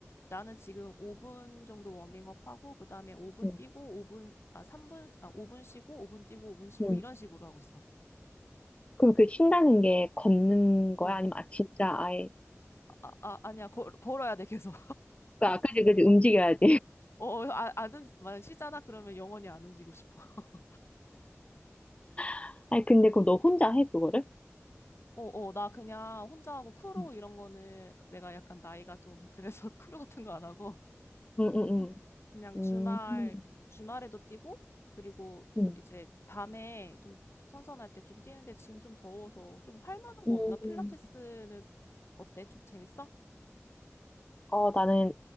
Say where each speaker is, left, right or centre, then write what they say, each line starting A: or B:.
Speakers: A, on the left; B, on the left.
A: 나는 지금 5분 정도 워밍업 하고 그다음에 5분
B: 응.
A: 뛰고 5분 아 삼 분 아 오 분 쉬고 5분 뛰고 5분 쉬고
B: 응.
A: 이런 식으로 하고 있어.
B: 그럼 그 쉰다는 게 걷는 거야?
A: 어,
B: 아니면 아, 진짜 아예.
A: 아, 아, 아, 아니야. 걸, 걸어야 돼, 계속.
B: 그러니까 아, 그지, 그지, 움직여야지.
A: 어, 아, 안, 움직- 만약 쉬잖아? 그러면 영원히 안 움직이고 싶어. <laughs>
B: <laughs> 아니, 근데 그럼 너 혼자 해, 그거를?
A: 어, 어, 나 그냥 혼자 하고 크루
B: 응.
A: 이런 거는 내가 약간 나이가 좀 그래서 <laughs> 크루 같은 거 안 하고
B: 응, 응, 응.
A: 그냥 주말,
B: 응
A: 주말에도 뛰고 그리고
B: 응.
A: 이제 밤에 좀 선선할 때 좀 뛰는데 지금 좀 더워서 좀 할 만한 거
B: 응.
A: 없나? 필라테스는
B: 음.
A: 어때? 좀 재밌어?
B: 어, 나는